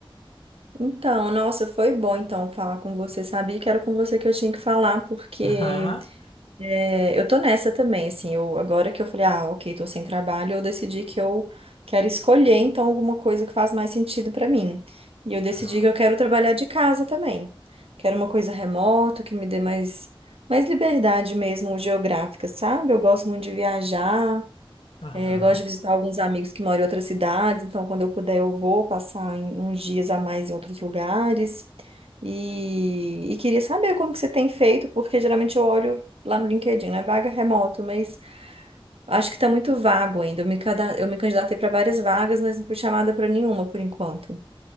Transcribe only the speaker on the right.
Então, nossa, foi bom então falar com você. Sabia que era com você que eu tinha que falar, porque
É, eu tô nessa também, assim, eu, agora que eu falei, ah, ok, tô sem trabalho, eu decidi que eu quero escolher, então, alguma coisa que faz mais sentido pra mim. E eu decidi
que eu quero trabalhar de casa também. Quero uma coisa remota, que me dê mais, mais liberdade mesmo geográfica, sabe? Eu gosto muito de viajar,
é, eu gosto de visitar alguns amigos que moram em outras cidades, então quando eu puder eu vou passar em- uns dias a mais em outros lugares. E, e queria saber como que você tem feito, porque geralmente eu olho lá no LinkedIn, né? Vaga remoto, mas acho que está muito vago ainda. Eu me, cada- eu me candidatei para várias vagas, mas não fui chamada para nenhuma por enquanto.